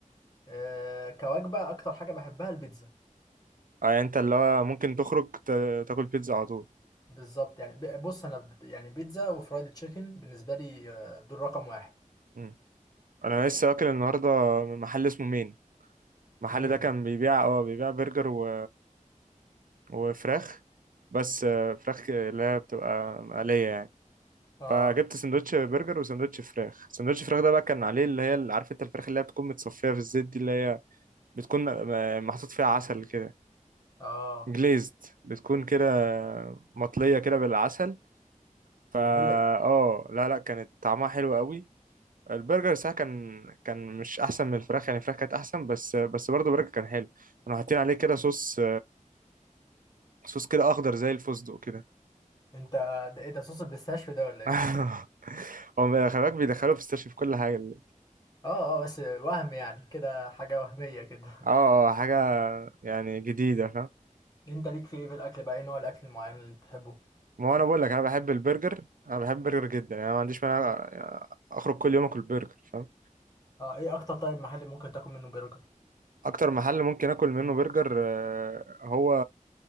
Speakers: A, on the left; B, on the right.
A: أه كوجبه اكتر حاجه بحبها البيتزا
B: أه يعني أنت اللي هو ممكن تخرج ت- تاكل بيتزا على طول
A: بالظبط يعني ب- بص انا ب... يعني بيتزا وفرايد تشيكن بالنسبه لي آه، دول رقم واحد
B: مم. أنا لسه واكل النهاردة من محل اسمه مين المحل
A: مين
B: ده كان بيبيع اه بيبيع برجر و... وفراخ بس آه، فراخ اللي هي بتبقى مقلية يعني
A: اه
B: فجبت سندوتش برجر وسندوتش فراخ سندوتش فراخ ده بقى كان عليه اللي هي اللي عارف انت الفراخ اللي هي بتكون متصفية في الزيت دي اللي هي بتكون آه، محطوط فيها عسل كده
A: اه
B: جليزد بتكون كده مطلية كده بالعسل فا
A: دي جميله دي
B: اه لا لا كانت طعمها حلو قوي البرجر ساعة كان كان مش احسن من الفراخ يعني الفراخ كانت احسن بس بس برضه البرجر كان حلو كانوا حاطين عليه كده صوص صوص كده اخضر زي الفستق كده
A: انت آه، ده ايه ده صوص البيستاشيو ده ولا
B: <laughs>
A: ايه <laughs>
B: هو خلي بالك بيدخلوا فيستاشيو في كل حاجه ال-
A: اه اه بس وهم يعني كده حاجه وهميه كده
B: اه آه، حاجه يعني جديده فاهم
A: <laughs> انت ليك في ايه في الاكل بقى ايه نوع الاكل المعين اللي بتحبه
B: ما هو انا بقول لك انا بحب البرجر انا بحب البرجر جدا يعني أنا ما عنديش مانع يعني اخرج كل يوم اكل برجر فاهم
A: اه ايه اكتر طيب محل ممكن تاكل منه برجر
B: اكتر محل ممكن اكل منه برجر آه، هو